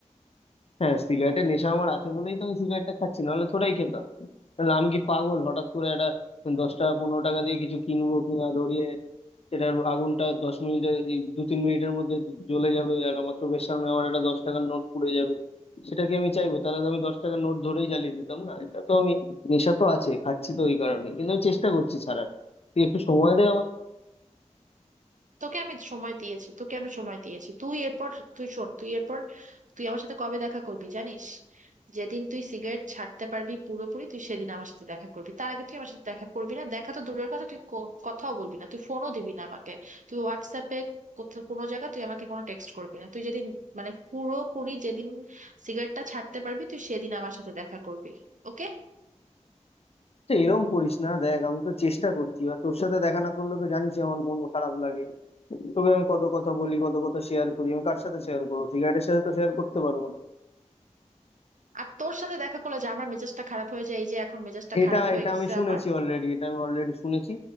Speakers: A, on the left; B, on the right.
A: হ্যাঁ সিগারেটের নেশা আমার আছে বলেই তো আমি সিগারেটটা খাচ্ছি নাহলে থোড়াই খেতাম নাহলে আমি কি পাগল হঠাৎ করে একটা দশ টাকা পনেরো টাকা দিয়ে কিছু কিনবো কিনা ধরিয়ে সেটার আগুনটা দশ মিনিটে এই দু তিন মিনিটের মধ্যে জ্বলে যাবে আর আমার চোখের সামনে আমার একটা দশ টাকার নোট পুড়ে যাবে সেটা কি আমি চাইবো তাহলে তো আমি দশ টাকার নোট ধরেই জ্বালিয়ে দিতাম না এটা তো আমি নেশা তো আছে খাচ্ছি তো ওই কারণে কিন্তু আমি চেষ্টা করছি ছাড়ার তুই একটু সময় দে
B: তোকে আমি সময় দিয়েছি তোকে আমি সময় দিয়েছি তুই এরপর তুই শোন তুই এরপর তুই আমার সাথে কবে দেখা করবি জানিস যেদিন তুই সিগারেট ছাড়তে পারবি পুরোপুরি তুই সেদিন আমার সাথে দেখা করবি তার আগে তুই আমার সাথে দেখা করবি না দেখা তো দূরের কথা তুই ক- কথাও বলবি না তুই ফোনও দিবি না আমাকে তুই হোয়াটসঅ্যাপে কোথাও কোনো জায়গা তুই আমাকে কোনো টেক্সট করবি না তুই যেদিন মানে পুরোপুরি যেদিন সিগারেটটা ছাড়তে পারবি তুই সেদিন আমার সাথে দেখা করবি ওকে
A: তো এরকম করিস না দেখ আমি তো চেষ্টা করছি এবার তোর সাথে দেখা না করলে তো জানিস আমার মন খারাপ লাগে তোকে আমি কত কথা বলি কত কথা শেয়ার করি আমি কার সাথে শেয়ার করবো সিগারেটের সাথে তো শেয়ার করতে পারবো না
B: আর তোর সাথে দেখা করলে যে আমার মেজাজটা খারাপ হয়ে যায় এই যে এখন মেজাজটা
A: এটা
B: খারাপ হয়ে
A: এটা
B: গেছে
A: আমি শুনেছি
B: আমার
A: অলরেডি এটা আমি অলরেডি শুনেছি